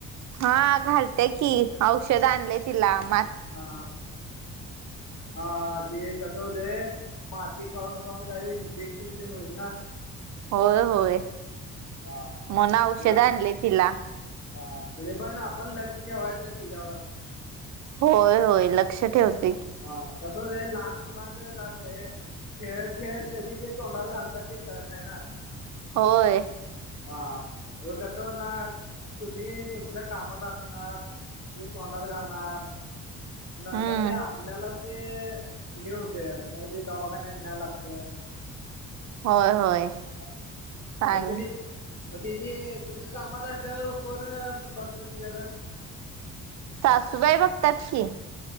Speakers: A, on the right; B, on the left.
A: हा घालत्या की औषध आणलय तिला म
B: हा हा. ते कसं होतंय. माती खाऊन खाऊन काही इंफेक्शन तेन होईल ना.
A: होय होय
B: हा
A: मन औषध
B: बर
A: आणलय तिला.
B: हा तरीे पण आपण लक्ष ठेवायचं तिच्यावर.
A: होय होय, लक्ष ठेवते की.
B: हा.. कसं होतंय, लहान मुलांचं कसं असतंय. खेळत खेळत कधी ते तोंडात घालतात ते कळत नाही ना.
A: होय.
B: हा, हे कसं होणार तुम्ही, तुमच्या कामात असणार. मी तोंडात घालणार. नंतर
A: हम्म
B: ते आपल्यालाच ते हे होतय मग ते दवाखान्या न्याय लागत
A: होय होय.
B: हा
A: सांग
B: तेरी, मग ति जे तुम्ही कामात असल्यावर, कोण बघत तिच्याकडं.
A: सासूबाई बघतात की,